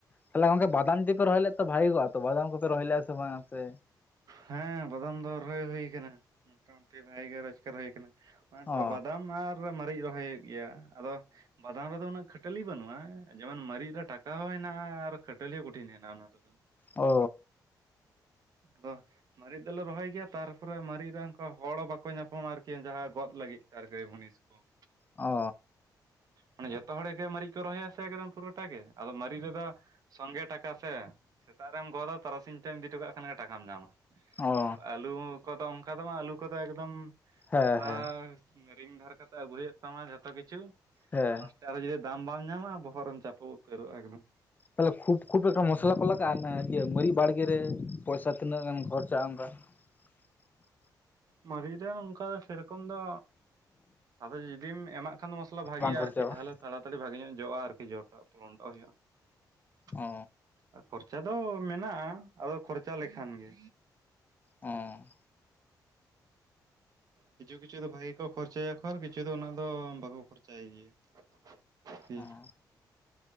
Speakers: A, on the left; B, on the right.
A: ᱛᱟᱦᱞᱮ ᱜᱚᱝᱠᱮ ᱵᱟᱫᱟᱢ ᱫᱤ ᱯᱮ ᱨᱚᱦᱚᱭ ᱞᱮᱫ ᱛᱚ ᱵᱷᱟᱜᱤ ᱠᱚᱜᱼᱟ ᱛᱚ ᱵᱟᱫᱟᱢ ᱠᱚᱯᱮ ᱨᱚᱦᱚᱭ ᱞᱮᱜᱼᱟ ᱥᱮ ᱵᱟᱝᱟ ᱟᱯᱮ
B: ᱦᱮᱸ ᱵᱟᱫᱟᱢ ᱫᱚ ᱨᱚᱦᱚᱭ ᱦᱩᱭ ᱭᱟᱠᱟᱱᱟ ᱢᱚᱴᱟ ᱢᱩᱴᱤ ᱵᱷᱟᱜᱤ ᱜᱮ ᱨᱚᱡᱜᱟᱨ ᱦᱩᱭ ᱠᱟᱱᱟ ᱾ ᱚᱱᱮᱛᱚ
A: ᱚ
B: ᱵᱟᱫᱟᱢ ᱟᱨ ᱢᱟᱨᱤᱪ ᱨᱚᱦᱚᱭ ᱦᱩᱭᱩᱜ ᱜᱮᱭᱟ, ᱟᱫᱚ ᱵᱟᱫᱟᱢ ᱨᱮᱫᱚ ᱩᱱᱟᱹᱜ ᱠᱷᱟᱹᱴ ᱴᱟᱹᱞᱤ ᱵᱟᱹᱱᱩᱜᱼᱟ, ᱡᱮᱢᱚᱱ ᱢᱟᱨᱤᱡ ᱨᱮ ᱴᱟᱠᱟ ᱦᱚᱸ ᱦᱮᱱᱟᱜᱼᱟ ᱟᱨ ᱠᱷᱟᱹᱴᱟᱹᱞᱤ ᱦᱚᱸ ᱠᱩᱴᱷᱤᱱ ᱦᱮᱱᱟᱜᱼᱟ ᱚᱱᱟ ᱛᱮᱫᱚ ᱾
A: ᱚ ᱾
B: ᱟᱫᱚ ᱢᱟᱨᱤᱪ ᱫᱚᱞᱮ ᱨᱚᱦᱚᱭ ᱜᱮᱭᱟ ᱛᱟᱨᱯᱚᱨᱮ ᱢᱟᱨᱤᱪ ᱨᱮᱱ ᱠᱚ ᱦᱚᱲ ᱵᱟᱠᱚ ᱧᱟᱯᱟᱢᱟ ᱟᱨᱠᱤ ᱡᱟᱦᱟᱸ ᱜᱚᱫ ᱞᱟᱹᱜᱤᱫ ᱛᱮ ᱟᱨᱠᱤ ᱢᱩᱱᱤᱥ ᱠᱚ ᱾
A: ᱚ ᱾
B: ᱢᱟᱱᱮ ᱡᱷᱚᱛᱚ ᱦᱚᱲ ᱜᱮ ᱢᱟᱨᱤᱡ ᱠᱚ ᱨᱚᱦᱚᱭᱟ ᱥᱮ ᱮᱠᱫᱚᱢ ᱯᱩᱨᱟᱹᱴᱟ ᱜᱮ ᱟᱫᱚ ᱢᱟᱨᱤᱪ ᱨᱮᱫᱚ ᱥᱚᱝᱜᱮ ᱴᱟᱠᱟ ᱥᱮ, ᱥᱮᱛᱟᱜ ᱨᱮᱢ ᱜᱚᱫᱟ ᱛᱟᱨᱟᱥᱤᱧ ᱛᱮᱢ ᱤᱫᱤ ᱦᱚᱴᱚ ᱠᱟᱜ ᱠᱷᱟᱱ ᱜᱮ ᱴᱟᱠᱟᱢ ᱧᱟᱢᱟ,
A: ᱚ
B: ᱟᱨ ᱟᱹᱞᱩ ᱠᱚᱫᱚ ᱚᱱᱠᱟ ᱫᱚ ᱵᱟᱝ, ᱟᱹᱞᱩ ᱠᱚᱫᱚ ᱮᱠᱫᱚᱢ
A: ᱦᱮᱸ
B: ᱦᱟᱛᱟᱣ
A: ᱦᱮᱸ
B: ᱨᱤᱝ ᱫᱷᱟᱨ ᱠᱟᱛᱮ ᱟᱹᱜᱩ ᱦᱩᱭᱩᱜ ᱛᱟᱢᱟ ᱡᱷᱚᱛᱚ ᱠᱤᱪᱷᱩ
A: ᱦᱮᱸ
B: ᱟᱨ ᱞᱟᱥ ᱴᱮ ᱟᱨᱚ ᱡᱩᱫᱤ ᱫᱟᱢ ᱵᱟᱢ ᱧᱟᱢᱟ ᱵᱚᱦᱚᱜ ᱨᱮᱢ ᱪᱟᱯᱚ ᱩᱛᱟᱹᱨᱚᱜᱼᱟ ᱮᱠᱫᱚᱢ᱾
A: ᱛᱟᱞᱦᱮ ᱠᱷᱩᱵ ᱠᱷᱩᱵ ᱮᱠᱴᱟ ᱢᱚᱥᱞᱟ ᱠᱚ ᱞᱟᱜᱟᱜᱼᱟ ᱚᱱᱟ ᱤᱭᱟᱹ ᱢᱟᱨᱤᱡ ᱵᱟᱲᱜᱮ ᱨᱮ, ᱯᱚᱭᱥᱟ ᱛᱤᱱᱟᱹᱜ ᱜᱟᱱ ᱠᱷᱚᱨᱪᱟᱜᱼᱟ ᱚᱱᱠᱟ? <inaudible>
B: ᱢᱟᱨᱤᱪ ᱨᱮ ᱚᱱᱠᱟ ᱥᱮᱨᱚᱠᱚᱢ ᱫᱚ ᱟᱫᱚ ᱡᱩᱫᱤᱢ ᱮᱢᱟᱜ ᱠᱷᱟᱱ ᱫᱚ ᱢᱚᱥᱞᱟ ᱵᱷᱟᱜᱮ-ᱟ
A: ᱵᱟᱝ ᱠᱷᱚᱨᱪᱟᱜᱼᱟ
B: ᱟᱨᱠᱤ
A: ᱵᱟᱝ?
B: ᱛᱟᱦᱞᱮ ᱛᱟᱲᱟ ᱛᱟᱲᱤ ᱵᱷᱟᱜᱮ ᱧᱚᱜ ᱡᱚᱜ-ᱟ ᱟᱨᱠᱤ ᱡᱚᱴᱟᱜ ᱯᱚᱞᱚᱱᱴᱟᱜ ᱦᱩᱭᱩᱜ-ᱟ᱾
A: ᱚ
B: <inaudible> ᱪᱟ ᱫᱚ ᱢᱮᱱᱟᱜ-ᱟ᱾ ᱟᱫᱚ ᱠᱷᱚᱨᱪᱟ ᱞᱮᱠᱷᱟᱱ ᱜᱮ᱾
A: ᱚᱸᱻ
B: ᱠᱤᱪᱷᱩ ᱠᱤᱪᱷᱩ ᱫᱚ ᱵᱷᱟᱜᱮ ᱜᱮᱠᱚ ᱠᱷᱚᱨᱪᱟᱭᱟ ᱠᱷᱚᱨ ᱠᱤᱪᱷᱩ ᱫᱚ ᱩᱱᱟᱹᱜ ᱫᱚ ᱵᱟᱠᱚ ᱠᱷᱚᱨᱪᱟᱭ ᱜᱮᱭᱟ᱾ ᱟᱨᱠᱤ᱾
A: ᱟᱸᱻ